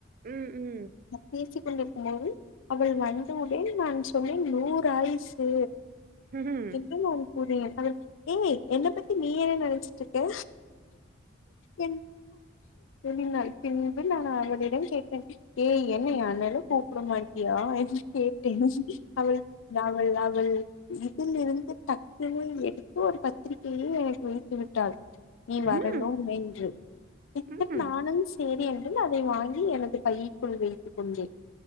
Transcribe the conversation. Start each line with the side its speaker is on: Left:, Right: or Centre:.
Right: ம் ம்
Left: நா பேசிக்க கொண்டிருக்கும் போது அவள் வந்தவுடனே நான் சொன்னேன் நூறு ஆயிசு
Right: ம்
Left: இன்னும் அவ கூறினேன் அவள் ஏய் என்ன பத்தி நீ என்ன நெனைச்சிட்டு இருக்க என் எண்ணினால் பின்பு நான் அவளிடம் கேட் டேன் ஏய் என்ன ஏ ஆனாலு சாப்ப்ட மாட்டியா கேட்டேன் அவள் நாவல் நாவல் இதில் இருந்து டக்குன்னு எடுத்து ஒரு பத்திரிகையை எனக்கு வைத்து விட்டாள் நீ வரணும்என்று
Right: ம்
Left: இப்ப
Right: ம் ம்
Left: நானும் சேரி என்று அதை வாங்கி எனது பையிக்குள் வைத்துக் கொண்டேன்